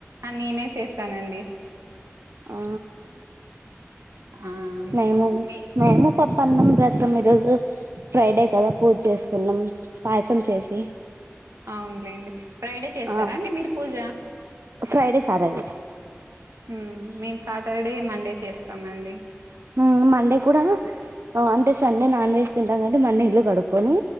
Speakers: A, on the right; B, on the right.
A: ఆ నేనే చేసానండి
B: ఆ
A: ఆ
B: మేము
A: మీ
B: మేము పప్పన్నం రసం ఈ రోజు ఫ్రైడే కదా పూజ చేసుకున్నాం పాయసం చేసి
A: అవునులేండి ఫ్రైడే చేస్తారా
B: ఆ
A: అండి మీరు పూజ
B: ఫ్రైడే సాటర్డే
A: ఉ మేము సాటర్డే మండే చేస్తామండి
B: ఉ మండే కూడా అంటే సండే నాన్ వెజ్ తింటాం కాట్టి మండే ఇల్లు కడుక్కొని